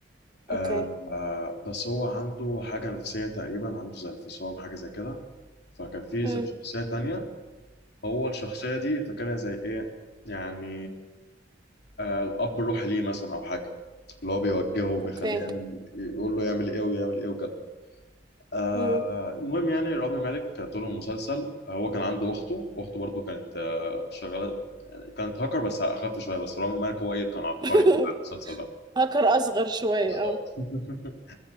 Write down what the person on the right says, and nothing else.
اوكي
امم
اوكي
امم
<laughs>
هاكر اصغر شوية
اه